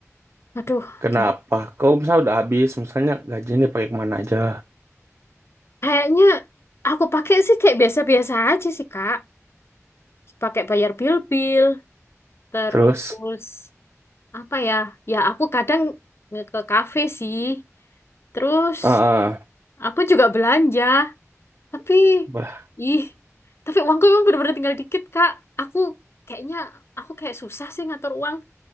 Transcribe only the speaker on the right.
Kenapa?
Kau misalnya udah habis, misalnya gajinya dipakai kemana aja?
Terus,
eh eh,
bah,